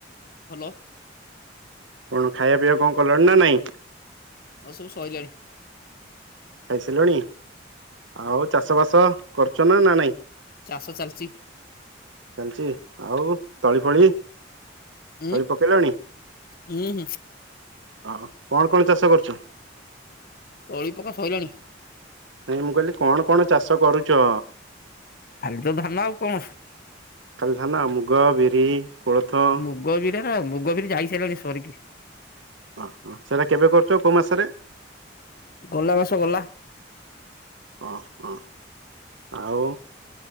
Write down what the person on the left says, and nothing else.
ଭଲ।
ଆଉ ସବୁ ସଇଲାଣି।
ଚାଷ ଚାଲିଛି।
ଉଁ
ହୁଁ ହୁଁ।
ତଳି ପକା ସଇଲାଣି।
ଖାଲି ତ ଧାନ ଆଉ କଣ?
ମୁଗ ମୁଗ ବିରି ଯାଇ ସାଇଲାଣି ସରିକି।
ଗଲା ମାସ ଗଲା।